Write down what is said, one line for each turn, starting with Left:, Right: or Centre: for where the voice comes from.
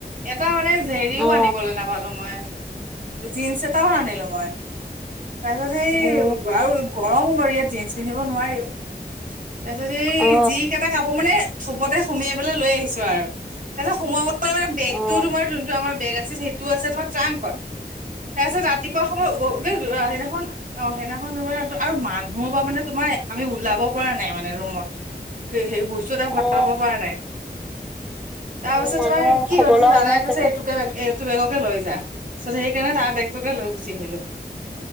Right: এটা মানে জেৰিও
Centre: অ
Right: আনিবলৈ নাপালো মই। জীন্চ এটাও আনিলো মই তাৰপিছত সেই
Centre: উ
Right: আউ গৰমো বাৰু, ইয়াত জিন্স পিন্ধিব নোৱাৰিও তাৰপিছত এই
Centre: অ
Right: যি কেইটা কাপোৰ মানে থপতে সোমিয়াই পেলাই লৈ আহিছো আৰু তাৰপিছত সোমাবলৈ মানে বেগতোও
Centre: অ
Right: তোমাৰ টো আমাৰ বেগ আছে সেইটোও আছে তোমাৰ ট্ৰাংকত তাৰপিছত ৰাতিপুৱা সময়, অ অ, সেইদিনাখন অ সেইদিনাখন তোমাৰ, আৰু মানুহৰ পা মানে তোমাৰ আমি ওলাব পৰা নাই মানে ৰুমত সেই বস্তু এটা ভৰাব
Centre: অ
Right: পৰা নাই। তাৰ পাছত
Centre: উ মানুহৰ
Right: তোমাৰ কি
Centre: খবৰ
Right: আনিছে,
Centre: লোৱা
Right: দাদাই
Centre: মানুহ আছে
Right: কৈছে
Centre: চাগে
Right: এইটো তই এইটো বেগকে লৈ যা পিছত সেকাণে তাৰ বেগটোকে লৈ গুচি আহিলো।